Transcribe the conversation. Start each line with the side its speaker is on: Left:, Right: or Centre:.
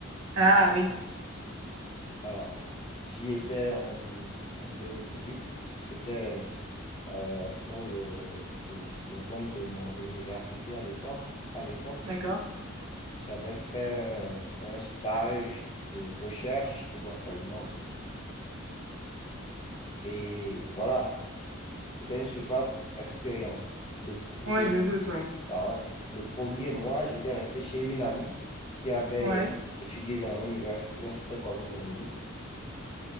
Right: Ah oui,
Left: Alors, j'y étais en, en 2018. C'était euh, pour le, le, le compte de mon université à l'époque. À l'époque,
Right: d'accord.
Left: j'avais fait un, un stage de recherche et d'enseignement aussi. Et voilà, c'était une superbe expérience. Le, pro- le,
Right: Ouais, je me doute, ouais.
Left: ah ouais, le premier mois, j'étais resté chez une amie qui avait
Right: Ouais.
Left: étudié dans la même université. On s'était connus au Brésil.